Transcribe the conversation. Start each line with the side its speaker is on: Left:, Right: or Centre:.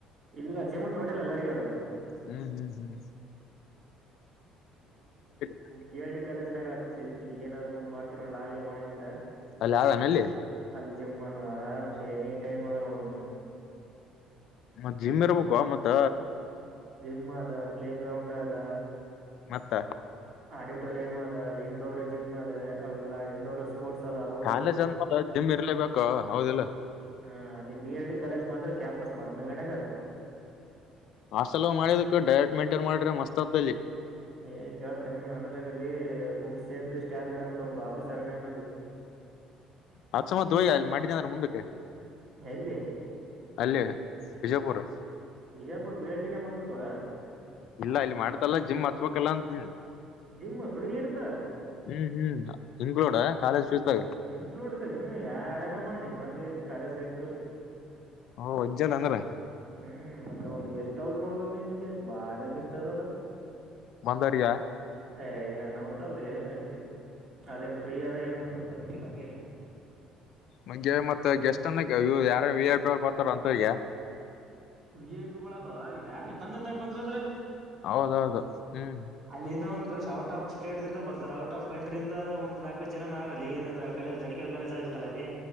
Right: ಇಲ್ಲ ಜಿಮ್ ಟೋಟಲ್ ಎಲ್ಲರಿಗ್ ಅದ ಅದು.
Left: ಹ್ಮ್ ಹ್ಮ್ ಹ್ಮ್. <unintelligible>
Right: ಬಿಎಲ್ಡಿ ಕಾಲೇಜನಾಗ ಆಗತ್ರಿ ಬಿ ಏನಾದ್ರು ಮುಂದ್ ಮಾಡ್ತಿರಲ್ಲ ಲಾ ಎ ಮಾಡಂಗಿದ್ರ.
Left: ಅಲ್ಲ ಆದನ ಅಲ್ಲಿ.
Right: ಅಲ್ಲಿ ಜಿಮ್ ಅರಾಮ ಸೇ ಏನೀ ಟೈಮನ್ನ ಹೋಗು ನೀನು.
Left: ಮತ್ ಜಿಮ್ ಇರ್ಬೇಕ್ವಾ ಮತ್ತ.
Right: ಜಿಮ್ ಅದ ಪ್ಲೇಗ್ರೌಂಡ್ ಅದ.
Left: ಮತ್ತ.
Right: ಆಡಿಟೋರಿಯಂ ಅದ ಇಂಡೋರ್ ಜಿಮ್ ಅದ ಇಲಾ ಇಂಡೋರ್ ಪೋರ್ಟ್ಸ್ ಅದಾವು.
Left: ಕಾಲೇಜ್ ಅಂದ್ಮ್ಯಾಲ ಜಿಮ್ ಇರ್ಲೇಬೇಕೊ ಹೌದಿಲ್ಲೊ.
Right: ಹ ಅಲ್ಲಿ ಬಿಎಲ್ಡಿ ಕಾಲೇಜ್ ಮಾತ್ರ ಕ್ಯಾಂಪಸ್ ಮನ್ನಗಂಡ ಆಗೇದ.
Left: ಹಾಸ್ಟೆಲ್ಲ ಅದು ಮಾಡಿದಕ್ ಡಯಟ್ ಮೆಂಟೈನ್ ಮಾಡಿದ್ರ ಮಸ್ತ್ ಆತದ ಅಲ್ಲಿ.
Right: ಏ ಕೇಳತ್ತೇನ್ ಆದ್ರಾಗ ಅಲ್ಲಿ ಫುಡ್ ಸೇಫ್ಟಿ ಸ್ಟ್ಯಾಂಡರ್ಡ್ ಅಂತ ಒಬ್ಬ ಆಫೀಸರ್ನೇನ ಅಲ್ಲಿ.
Left: ಹಚ್ಚ ಮತ್ತ ಹೋಗಿ ಅಲ್ಲಿ ಮಾಡಿದ್ದೆಂದ್ರೆ ಮುಂದಕ್ಕೆ.
Right: ಎಲ್ಲಿ.
Left: ಅಲ್ಲಿ ಬಿಜಾಪುರ್.
Right: ಬಿಜಾಪುರ ಬಿಎಲ್ಡಿ ನೆ ಮಾಡ್ಬೇಕಾ.
Left: ಇಲ್ಲಾ ಇಲ್ಲಿ ಮಾಡಿತ್ತಲ್ಲ ಜಿಮ್ ಹಚ್ಬೇಕಲ್ಲ ಅಂತಿ ಹೇಳಿ.
Right: ಜಿಮ್ ಫ್ರೀ ಇರ್ದ
Left: ಹ್ಮ್ ಹ್ಮ್ ಇನ್ಕ್ಲೂಡಾ ಕಾಲೇಜ್ ಫೀಸ್ದಾಗ.
Right: ಇನ್ಕ್ಲೂಡಿದೀವಿ ಯಾರನ ಮಾಡನಿ ಬಂದಕ್ಕೇಸಿಂದ್ ಕಾಲೇಜ್ ಐಡಿ ತೋರ್ಸಿ.
Left: ಓ ಉಜ್ಜನ ಅಂದ್ರ.
Right: ಹ್ಮ್ ಮತ್ತೆ ಒಂದ್ ಗೆಸ್ಟ್ ಹೌಸ್ ನೋಡ್ಬೇಕ್ ನೀನಗೆ ಬಾರಿ ಗೆಸ್ಟ್ ಹೌಸ್ ಅದ.
Left: ಮಂದಾರಿಯ.
Right: ಯ ಅನವತ್ ಅಲ್ಲೆ ಅವ್ನ್ ಹೆಂತಿ ಅದೇನ್ ಫ್ರೀ ಅದ ಏನ್ ಮಾಡಿಬೇಕೋ ಗೊತ್ತಿಲ್ಲ ಅದೇನ್.
Left: ಮಂಜ ಮತ್ತ ಗೆಸ್ಟ್ ಅನ್ನಾಕ ಇವ ಯಾರರ ವಿಐಪಿ ಅವರು ಬರ್ತಾರ ಅಂತವ್ರಿಗ್ಯಾ.
Right: ವಿಐಪಿಗಳಲ್ಲೊ ಇದ ಯಾರರ ತಂದೆ ತಾಯಿ ಬಂದ್ರ ಅಂದ್ರ.
Left: ಹೌದೌದು ಹ್ಮ್.
Right: ಅಲ್ಲಿನ ಒಂದುಸ ಔಟ್ ಆಫ್ ಸ್ಟೇಟ್ ದಿಂದ ಬರ್ತಾರ ಔಟ್ ಆಫ್ ಕಂಟ್ರಿಯಿಂದ ಒಂದ್ ನಾಕ್ಕಜನ ನಾರ ಅಲ್ಲಿ ಏನಿದ್ರಾಗ. ಕಲಿಯೋದ ಮೆಡಿಕಲ್ ಕಾಲೇಜ್ ಆಗತ್ತಲ್ಲಾ ಅಲ್ಲಿ.